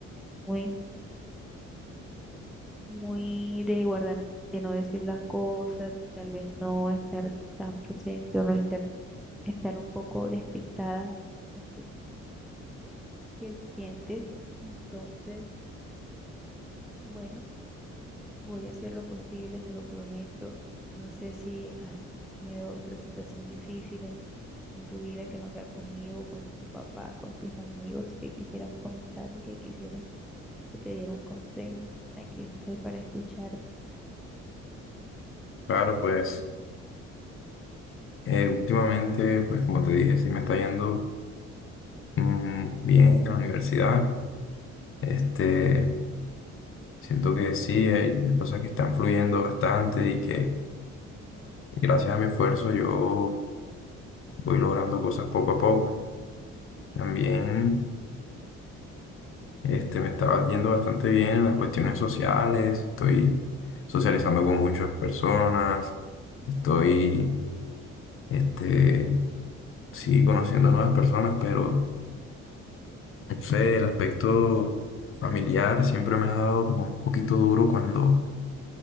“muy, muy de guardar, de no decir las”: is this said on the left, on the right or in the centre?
Centre